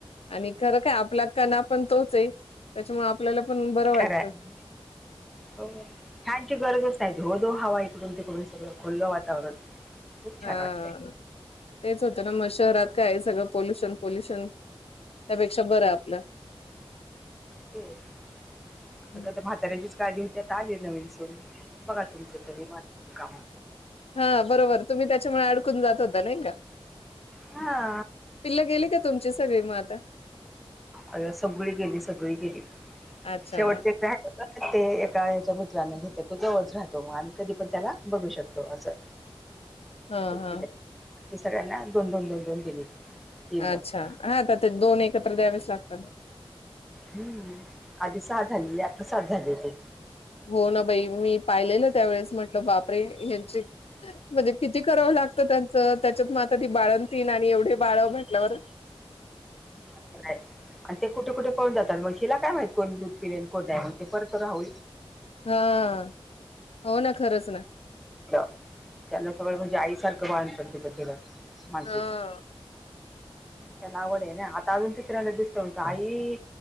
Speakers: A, on the left; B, in the centre.
A: आणि खरं काय, आपला कणा पण तोच आहे, त्याच्यामुळ आपल्याला पण बरं वाटतं.
B: खरं आहे हो. फॅनची गरजच नाही, धो धो हवा, इकडून तिकडून सगळं खुलं वातावरण. खूप
A: हा.
B: छान वाटतंय
A: तेच होतं ना, मग शहरात काय आहे, सगळं पॉोल्युशन पोल्युशन, त्यापेक्षा बरं आहे आपलं.
B: तेच, आता
A: हं.
B: का तर म्हाताऱ्यांचीच काळजी होती, आता आली नवीन सून. बघा तुमच तरी, <unintelligible> का
A: हा बरोबर, तुम्ही त्याच्यामुळे अडकून जात होता नाही का?
B: हा.
A: पिल्ला गेली का तुमची सगळी म आता?
B: अर सगळी गेली, सगळी गेली,
A: अच्छा.
B: शेवटचे एक ते एका याच्या मित्राने घेतलं, तो जवळच राहतो मग, आम्ही कधी पण त्याला बघू शकतो असं.
A: <inaudible>
B: एक
A: हां.
B: दिले, सगळ्यांना दोन, दोन, दोन, दोन, दिली. तीन
A: अच्छा!
B: लोकांना
A: हा आता ते दोन एकत्र द्यावेच लागतात ना?
B: हम्म! आधी सहा झाली, आत्ता सात झाली होती.
A: हो ना बाई, मी पाहिलेलं त्यावेेळेस, म्हटलं बापरे! यांची म्हणजे किती करावं लागत त्यांच, त्याच्यात मग आता ती बाळणतीन, आणि एवढे बाळ म्हटल्यावर
B: <unintelligible> <inaudible> आणि ते कुठे कुठे पळून जातात मग, आणि हिला काय माहती, कोण दूध पिलेल कोन नाही, ते परत राह
A: हा हो ना खरंच ना
B: <unintelligible> त्यांन सगळं म्हणजे आईसारखं, बाळंतपण तीचं केलं. मानसीच.
A: हा.
B: त्याला आवडय न. आता अजून तिसऱ्यांद दिसतो म्हणतो, आई